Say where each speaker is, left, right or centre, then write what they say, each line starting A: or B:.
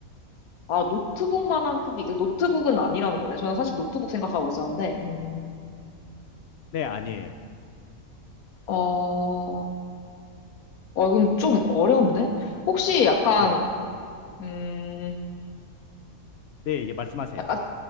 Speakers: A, on the left (about 80°); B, on the left (about 65°).
A: 아, 노트북만한 크기. 그 노트북은 아니라는 거네. 저는 사실 노트북 생각하고 있었는데, 음,
B: 네, 아니에요.
A: 어, 어, 이건 좀 어려운데? 혹시 약간,
B: 네.
A: 음,
B: 네, 이게 말씀하세요.
A: 약간